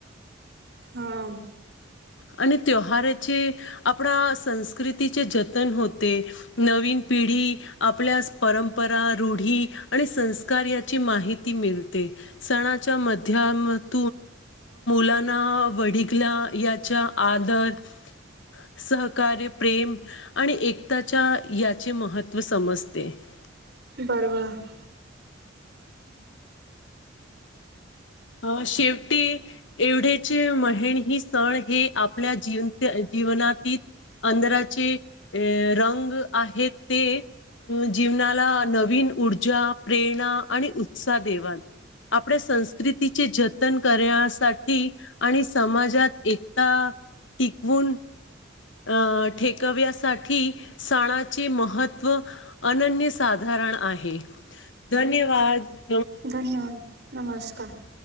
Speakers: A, on the right; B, on the left.
A: हा <unintelligible>
B: आणि त्योहाराचे आपणा संस्कृतीचे जतन होते <unintelligible> नवीन पिढी आपल्या परंपरा रूढी <unintelligible> आणि संस्कार याची माहिती मिळते सणाच्या मध्याम <unintelligible> लाना वड या आद <unintelligible> सहकार्य प्रेम आणि एकताच्या याचे महत्त्व समजते <unintelligible>
A: बरं बर <unintelligible>
B: अ शेवटी <unintelligible> एवढेचे महे ही स्थळ हे आपल्या जीवन जीवनातीलत <unintelligible> अधराचे अ रंग आहेत ते <unintelligible> अ जीवनाला नवीन ऊर्जा प्रेरणा आणि उत्साह देवा <unintelligible> आपल्या संस्कृतीचे जतन करण्यासाठी <unintelligible> आणि समाजात एकता टिकवून <unintelligible> अं ठेकव्यासाठी सणाचे महत्त्व <unintelligible> अनन्य साधारण आहे धन्यवाद <unintelligible>
A: धन्यवाद नमस्कार <unintelligible>